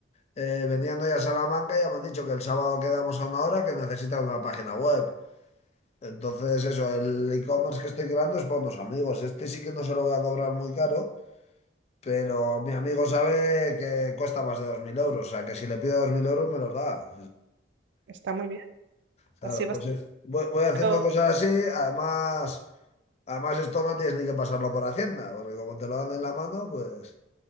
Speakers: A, on the left; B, on the right.
A: eh, venían hoy a Salamanca y ya me han dicho que el sábado quedamos a una hora que necesitan una página web. Entonces, eso, el e-commerce que estoy creando es para unos amigos. Este sí que no se lo voy a cobrar muy caro, pero mi amigo sabe que cuesta más de 2.000 euros, o sea que si le pido 2.000 euros me los da.
B: Está muy bien.
A: Claro,
B: Así vas,
A: pues eh, voy, voy haciendo
B: pero,
A: cosas así, además, además esto no tienes ni que pasarlo por Hacienda, porque como te lo dan en la mano, pues...